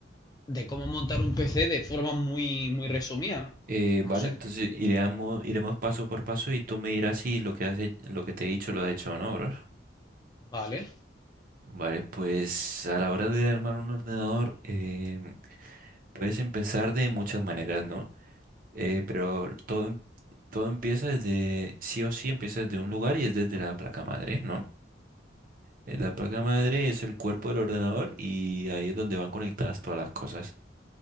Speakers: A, on the left; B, on the right.
A: de cómo montar un PC de forma muy, muy resumida.
B: Eh,
A: No
B: vale,
A: sé.
B: entonces iremos, iremos paso por paso y tú me dirás si lo que has he- lo que te he dicho lo has hecho o no, bro.
A: Vale,
B: Vale, pues a la hora de armar un ordenador em, puedes empezar de muchas maneras, ¿no? Eh, pero todo, em- todo empieza desde, sí o sí empieza desde un lugar y es desde la placa madre, ¿no? La placa madre es el cuerpo del ordenador y ahí es donde van conectadas todas las cosas.